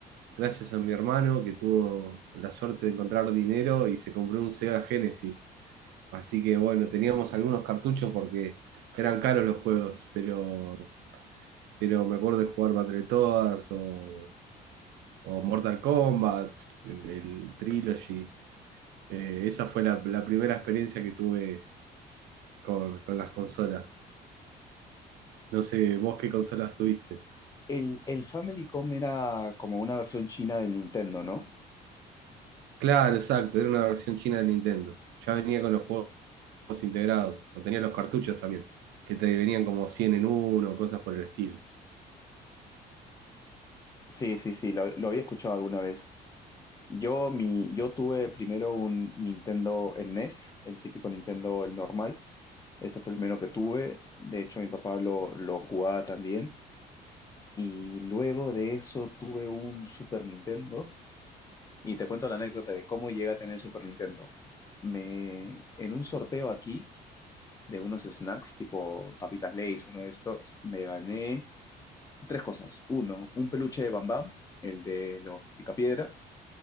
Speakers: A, on the right (about 80°); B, on the left (about 20°).
A: gracias a mi hermano, que tuvo la suerte de encontrar dinero y se compró un Sega Genesis. Así que bueno, teníamos algunos cartuchos porque eran caros los juegos, pero pero me acuerdo de jugar Battletoads o, o Mortal Kombat, el, el Trilogy. Eh, esa fue la, la primera experiencia que tuve con, con las consolas. No sé, vos qué consolas tuviste.
B: El, el Family Famicom era como una versión china del Nintendo, ¿no?
A: Claro, exacto, era una versión china de Nintendo. Ya venía con los juegos integrados, o tenía los cartuchos también, que te venían como 100 en uno, cosas por el estilo.
B: Sí, sí, sí, lo, lo había escuchado alguna vez. Yo, mi, yo tuve primero un Nintendo, el NES, el típico Nintendo, el normal. Este fue el primero que tuve. De hecho, mi papá lo, lo jugaba también. Y luego de eso tuve un Super Nintendo Y te cuento la anécdota de cómo llegué a tener el Super Nintendo. Me, en un sorteo aquí de unos snacks tipo papitas Lay's, uno de estos, me gané tres cosas. Uno, un peluche de Bam Bam, el de los picapiedras,